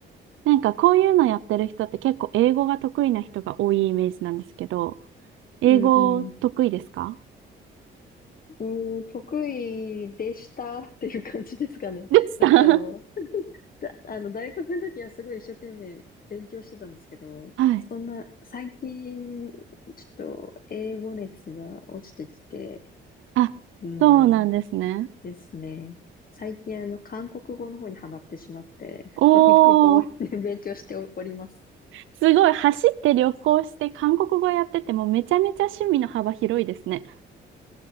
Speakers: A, on the right; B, on the left.
A: なんかこういうのやってる人って結構英語が得意な人が多いイメージなんですけど、英語得意ですか
B: うんうん。うん、得意でしたっていう感じですかね。<laughs>
A: でした
B: なんかあの、
A: <laughs>
B: だ、あの、大学の時はすごい一生懸命勉強してたんですけど、
A: はい。
B: そんな、最近、ちょっと英語熱が落ちてきて、
A: あ、
B: うん。
A: そうなんですね。
B: ですね。最近あの、韓国語の方にハマってしまって、
A: おー、
B: <laughs> 韓国語で勉強しております。
A: すごい。走って旅行して韓国語やっててもめちゃめちゃ趣味の幅広いですね。